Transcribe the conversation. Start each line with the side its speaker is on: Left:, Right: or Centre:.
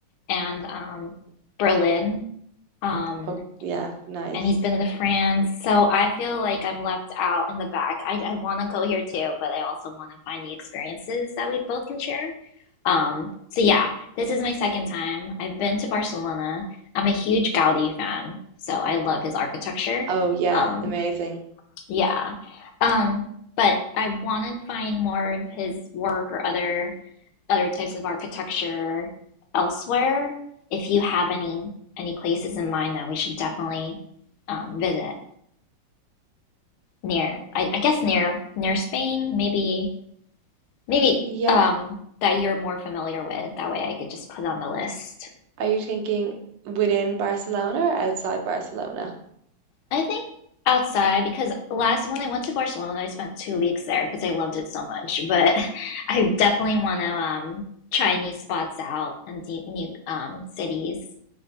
Left: and um Berlin. Um
Right: Oh yeah, nice.
Left: and he's been to France. So I feel like I'm left out in the back. I, I want to go here too, but I also want to find the experiences that we both can share. Um, so yeah, this is my second time. I've been to Barcelona. I'm a huge Gaudi fan, so I love his architecture.
Right: Oh yeah,
Left: Um,
Right: amazing.
Left: yeah. Um, but I want to find more of his work or other other types of architecture elsewhere. If you have any any places in mind that we should definitely um, visit near I, I guess near near Spain, maybe maybe
Right: Yeah.
Left: um that you're more familiar with. That way I could just put on the list.
Right: Are you thinking within Barcelona or outside Barcelona?
Left: I think outside because last when I went to Barcelona, I spent two weeks there because I loved it so much. But <laughs> I definitely want to um try new spots out and de- new um cities